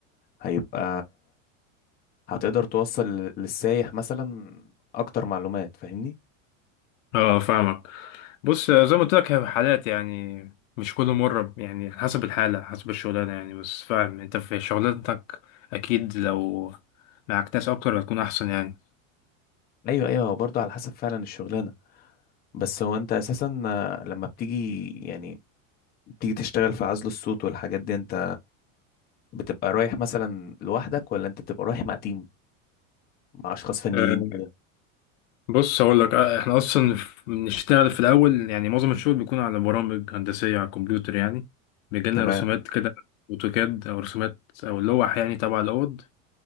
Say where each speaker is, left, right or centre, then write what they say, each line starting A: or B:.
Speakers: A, on the left; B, on the left.
A: هيبقى هتقدر توصل للسايح مثلا أكتر معلومات فاهمني؟
B: اه فاهمك بص زي ما قلت لك هي حالات يعني مش كل مرة يعني حسب الحالة حسب الشغلانة يعني بس فاهم انت في شغلانتك اكيد لو معاك ناس اكتر هتكون احسن يعني
A: أيوه أيوه هو برضه على حسب فعلا الشغلانة بس هو أنت أساسا آه، لما بتيجي يعني بتيجي تشتغل في عزل الصوت والحاجات دي أنت بتبقى رايح مثلا لوحدك ولا أنت بتبقى رايح مع تيم مع أشخاص فنيين
B: اه
A: كده؟
B: بص هقول لك آه، احنا اصلا ف- بنشتغل في الاول يعني معظم الشغل بيكون على برامج هندسيه على الكمبيوتر يعني بيجيلنا
A: تمام
B: رسومات كده اوتوكاد او رسومات او لوح يعني تبع الاوض